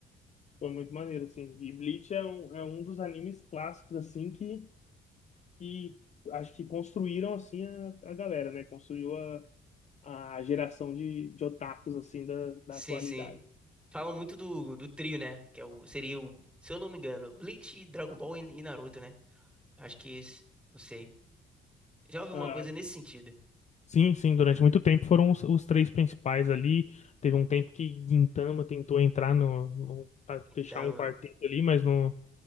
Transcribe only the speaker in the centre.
Sim,
sim. Falam muito do, do trio, né? Que é o, seria o, se eu não me engano, Bleach, Dragon Ball e e Naruto, né? Acho que esse, não sei. Já ouvi
uma coisa nesse sentido.
Então,